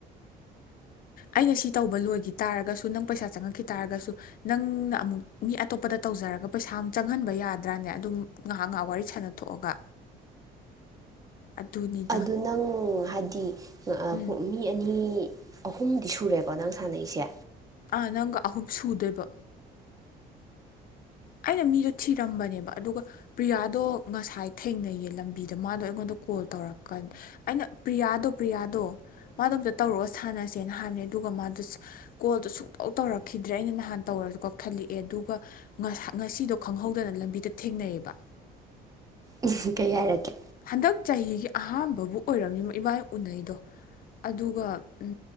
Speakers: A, on the left; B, on the right.
A: ꯑꯩꯅ ꯁꯤ ꯇꯧꯕ ꯂꯣꯏꯈꯤ ꯇꯥꯔꯒꯁꯨ ꯅꯪ ꯄꯩꯁꯥ ꯆꯪꯉꯛꯈꯤ ꯇꯥꯔꯒꯁꯨ ꯅꯪꯅ ꯑꯃꯨꯛ ꯃꯤ ꯑꯇꯣꯞꯄꯗ ꯇꯧꯖꯔꯒ ꯄꯩꯁꯥ ꯑꯃꯨꯛ ꯆꯪꯍꯟꯕ ꯌꯥꯗ꯭ꯔꯥꯅꯦ ꯑꯗꯨꯝ ꯉꯥꯏꯍꯥꯛ ꯉꯥꯏꯍꯥꯛ ꯋꯥꯔꯤ ꯁꯥꯟꯅꯊꯣꯛꯑꯒ ꯑꯗꯨꯅꯤꯗ
B: ꯑꯗꯨ ꯅꯪ ꯍꯥꯏꯗꯤ
A: ꯎꯝ
B: ꯃꯤ ꯑꯅꯤ ꯑꯍꯨꯝꯗꯤ ꯁꯨꯔꯦꯀꯣ ꯅꯪ ꯁꯥꯟꯅꯩꯁꯦ
A: ꯑꯥ ꯅꯪꯒ ꯑꯍꯨꯝ ꯁꯨꯗꯦꯕ ꯑꯩꯅ ꯃꯤꯗꯣ ꯊꯤꯔꯝꯕꯅꯦꯕ ꯑꯗꯨꯒ ꯄ꯭ꯔꯤꯌꯥꯗꯣ ꯉꯁꯥꯏ ꯊꯦꯡꯅꯩꯌꯦ ꯂꯝꯕꯤꯗ ꯃꯥꯗꯣ ꯑꯩꯉꯣꯟꯗ ꯀꯣꯜ ꯇꯧꯔꯛꯀꯥꯟꯗ ꯑꯩꯅ ꯄ꯭ꯔꯤꯌꯥꯗꯣ ꯄ꯭ꯔꯤꯌꯥꯗꯣ ꯃꯥꯗꯣ ꯑꯝꯇ ꯇꯧꯔꯛꯑ ꯁꯥꯟꯅꯁꯦꯅ ꯍꯥꯏꯕꯅꯦ ꯑꯗꯨꯒ ꯃꯥꯗ ꯀꯣꯜꯗꯣ ꯁꯨꯡꯇꯧ ꯇꯧꯔꯛꯈꯤꯗ꯭ꯔꯦ ꯑꯩꯅ ꯅꯍꯥꯟ ꯇꯧꯔꯁꯨ ꯀꯛꯊꯠꯂꯛꯑꯦ ꯑꯗꯨꯒ ꯉꯁꯤꯗꯣ ꯈꯪꯍꯧꯗꯅ ꯂꯝꯕꯤꯗ ꯊꯦꯡꯅꯩꯌꯦꯕ
B: ꯎ ꯀꯩ ꯍꯥꯏꯔꯀꯦ
A: ꯍꯟꯗꯛ ꯆꯍꯤꯒꯤ ꯑꯍꯥꯥꯟꯕꯕꯨ ꯑꯣꯏꯔꯝꯃꯤ ꯏꯕꯥꯅꯤ ꯎꯅꯩꯗꯣ ꯑꯗꯨꯒ ꯎ